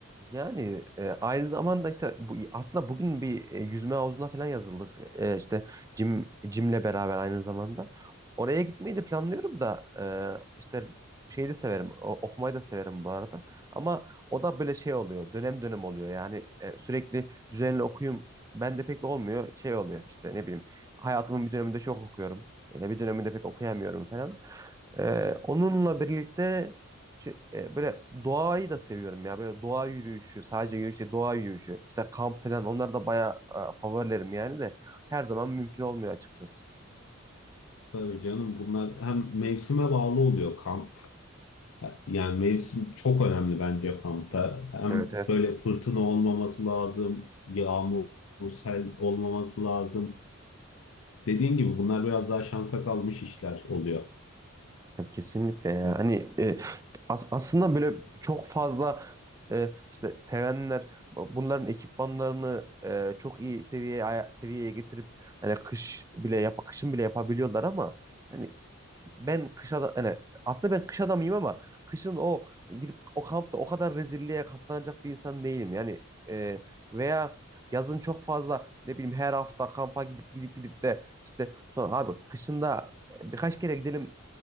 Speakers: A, on the right; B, on the left.
A: Yani e, aynı zamanda işte bu aslında bugün bir e, yüzme havuzuna falan yazıldık. E, işte Jim Jim'le beraber aynı zamanda. Oraya gitmeyi de planlıyorum da e, işte şeyi de severim. o- okumayı da severim bu arada. Ama o da böyle şey oluyor. Dönem dönem oluyor. Yani e, sürekli düzenli okuyayım ben de pek olmuyor. Şey oluyor işte ne bileyim. Hayatımın bir döneminde çok okuyorum. E, bir döneminde pek okuyamıyorum falan. Ee, onunla birlikte şi- e, böyle doğayı da seviyorum ya. Böyle doğa yürüyüşü, sadece yürüyüş değil, doğa yürüyüşü. İşte kamp falan onlar da bayağı e, favorilerim yani de her zaman mümkün olmuyor açıkçası.
B: Tabii canım bunlar hem mevsime bağlı oluyor kamp. Yani mevsim çok önemli bence kampta. Hem
A: Evet evet.
B: böyle fırtına olmaması lazım, yağmur, sel olmaması lazım. Dediğin gibi bunlar biraz daha şansa kalmış işler oluyor.
A: Ya Kesinlikle ya. Hani e, as- aslında böyle çok fazla e, işte sevenler bu- bunların ekipmanlarını e, çok iyi seviyeye aya- seviyeye getirip hani kış bile yap kışın bile yapabiliyorlar ama hani ben kış adam hani aslında ben kış adamıyım ama kışın o gidip o kampta o kadar rezilliğe katlanacak bir insan değilim. Yani e, veya yazın çok fazla ne bileyim her hafta kampa gidip gidip gidip de işte sonra abi kışında e, birkaç kere gidelim